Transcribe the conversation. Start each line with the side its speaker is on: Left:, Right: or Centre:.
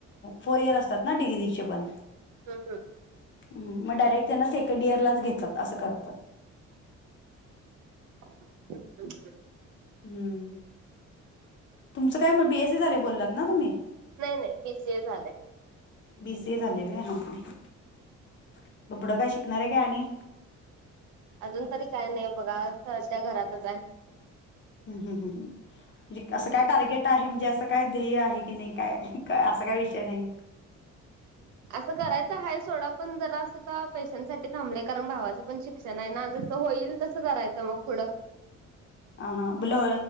Left: फोर इयर असतात ना डिग्रीचे पण,
Right: हम हम
Left: मग डायरेक्ट त्यांना सेकंड इयरलाच घेतात असं करतात.
Right: हम्म
Left: हम्म तुमचं काय म बी एस सी झाले बोललात ना तुम्ही?
Right: नाही नाही बी सीए झालंय.
Left: बी सी ए झाले मी हा हा पुढं काय शिकणार आहे काय आणि?
Right: अजून तरी काय नाही बघा सध्या घरातच आहे.
Left: हम हम हम्म म्हणजे असं काय टार्गेट आहे म्हणजे असं काय ध्येय आहे की नाही काय असा काय विषय नाही.
Right: असं करायचं आहे सोडा पण जरा असं का पैशांसाठी थांबलंय कारण भावाचं पण शिक्षण आहे ना अजुन. होईल तसं करायचं मग पुढं
Left: ह हा, बला,